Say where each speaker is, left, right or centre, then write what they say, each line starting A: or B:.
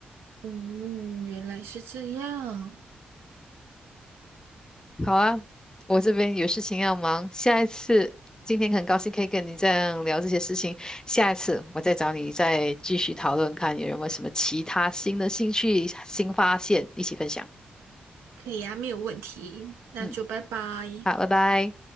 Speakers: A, on the right; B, on the left.
A: 嗯，原来是这样，
B: 好啊，我这边有事情要忙，下一次，今天很高兴可以跟你这样聊这些事情，下一次我再找你再继续讨论，看有没有什么其他新的兴趣、新发现，一起分享。
A: 可以啊，没有问题，那就拜拜。
B: 嗯，好，拜拜。